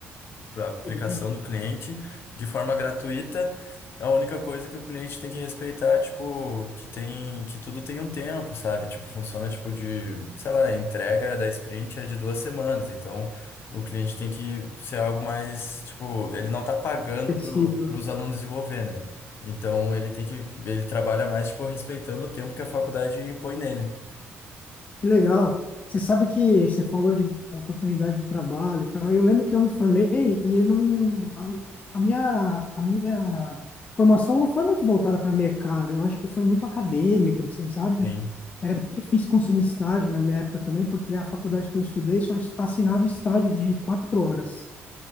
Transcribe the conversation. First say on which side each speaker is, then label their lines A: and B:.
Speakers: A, on the left; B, on the left.
A: para a aplicação
B: Legal.
A: do cliente de forma gratuita. A única coisa que o cliente tem que respeitar, é, tipo, que tem, que tudo tem um tempo, sabe? Tipo, funciona, tipo, de, sei lá, a entrega da sprint é de duas semanas, então. O cliente tem que ser algo mais, tipo, ele não tá pagando
B: Flexível.
A: para os alunos desenvolver, né? Então ele tem que, ele trabalha mais, tipo, respeitando o tempo que a faculdade impõe nele.
B: Que legal. Você sabe que você falou de oportunidade de trabalho e tal. Eu lembro que eu me formei e eu não, a, a minha, a minha formação não foi muito voltada para mercado. Eu acho que foi muito acadêmico, assim, sabe?
A: Sim.
B: Era bem difícil conseguir estágio na minha época também, porque a faculdade que eu estudei só assinava estágio de quatro horas.